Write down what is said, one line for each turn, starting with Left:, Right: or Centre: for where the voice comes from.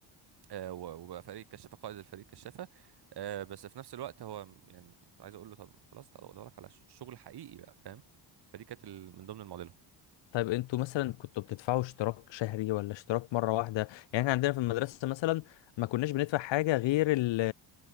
Right: آه، و- وبقى فريق كشافه قائد الفريق كشافه آه، بس في نفس الوقت هو يعني كنت عايز اقول له طب خلاص ده ادور لك على ش- شغل حقيقي بقى فاهم فدي كانت ال- من ضمن المعضله
Left: طيب انتوا مثلا كنتوا بتدفعوا اشتراك شهري ولا اشتراك مرة واحدة يعني احنا عندنا في المدرسة مثلا ما كناش بندفع حاجة غير ال